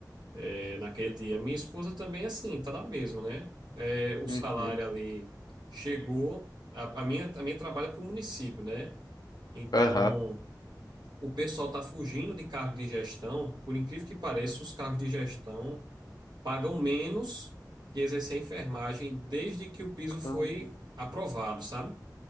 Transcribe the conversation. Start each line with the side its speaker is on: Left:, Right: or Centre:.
Right: é, naquele dia. Minha esposa também, é assim, tá na mesma, né? É, o
Left: Uhum.
Right: salário ali chegou. A, a minha, a minha trabalha para o município, né? Então.
Left: Aham.
Right: O pessoal está fugindo de cargo de gestão. Por incrível que pareça, os cargos de gestão pagam menos que exercer a enfermagem desde que o piso
Left: Caramba.
Right: foi aprovado, sabe?